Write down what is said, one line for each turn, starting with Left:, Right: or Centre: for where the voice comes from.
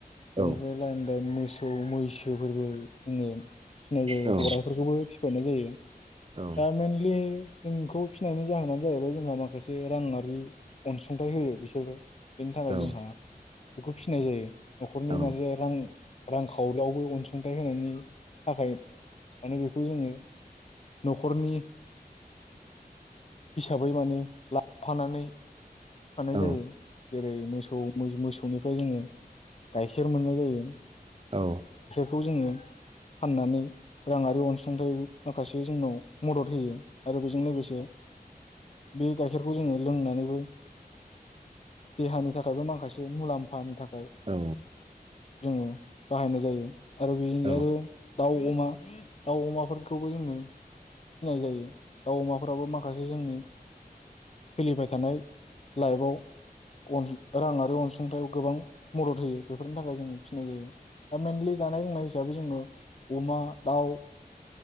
Left: बेनिफ्राय
Right: औ
Left: लाइन लाइन मोसौ। मोसौ मैसोफोरबो जोङो फिनाय जायो
Right: औ
Left: गराइफोरखौबो फिफायनाय जायो
Right: औ
Left: दा मेनलि -- जोंखौ फिनायनि जाहोनानो जाहैबाय जोंहा माखासे राङआारि अनसुंथाइ होयो बिसोरबो। बेनि थाखाय
Right: औ
Left: जोंहा बेखौ फिसिनाय जायो। नखरनि
Right: औ
Left: मोनसे रां रांखावरियावबो अनसुंथाइ होनायनि थाखाय माने बेखौ जोङो न 'खरनि हिसाबै माने लाफानानै बिफानाय जायो
Right: औ
Left: जेरै मोसौ मोसौ निफ्राय जोङो गाइखेर मोननाय जायो।
Right: औ।
Left: खौ जोङो फाननानै राङारि अनसुंथायाइ माखासे जोंनाव मदद होयो। आरो बेजों लोगोसे बे गाइखेरखौ जोङो लोंनानैबो देहानि थाखायबो माखासे मुलाम्फानि थाखाय
Right: औ
Left: जोङो बाहायनाय जायो। आरो बेनि
Right: औ
Left: आरो दाउ अमा दाउ अमाफोरखौबो जोङो फिनाय जायो। दाउ अमाफोराबो माखासे जोंनि सोलिबाय थानाय लाइबआव अन राङारि अनसुंथायाव गोबां मदद होयो बेफोरनि थाखाय जोङो फिनाय जायो। दा मेनलि जानाय लोंनाय हिसाब बे जोङो अमा, दाउ